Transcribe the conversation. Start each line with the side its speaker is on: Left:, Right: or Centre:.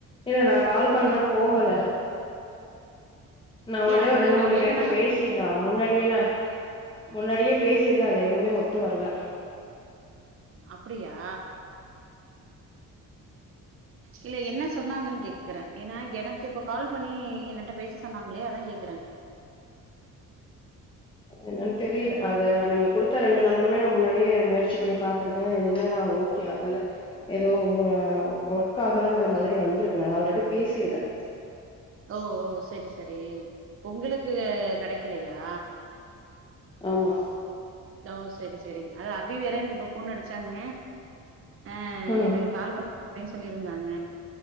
Left: இல்ல நா கால் பண்ணா போகல நா ஒங்கள்டயு
Right: இல்ல அதுக்கு
Left: ஒரு ரெண்டு
Right: நா
Left: மூணு
Right: வேற
Left: பேருட்ட
Right: நம்பர்
Left: பேசி ருக்க முன்னாடியே நா முன்னாடியே பேசிருக்கே அது எதுமே ஒத்துவர்ல
Right: அப்புடியா இல்ல என்ன சொன்னாகன் கேக்குறே ஏனா எனக்கு பக் கால் பண்ணி என்னட்ட பேச சொன்னாங்களே அதா கேக்குறே
Left: என்னன் தெரில அது நீங்க குடுத்த ரெண்டு நம்பருமே நா முன்னாடியே முயற்சி பண்ணி பாத்துருக்கே எதுமே நா ஓ கே ஆகல எது மோ ஒர்க்காலங்கற மாரி வந்திருக்கு நா ஆல்ரெடி பேசிருக்கே
Right: ஓ ஓ செரி செரி உங்களுக்கு கெடக்கலயா
Left: ஆமா
Right: ஓ செரி செரி அதல அபி வேற எனக்கு இப்ப ஃபோன் அடிச்சாங்க ஆ
Left: ம்
Right: எனக்கு கால் பண் பயே சொல்லியிருந்தாங்க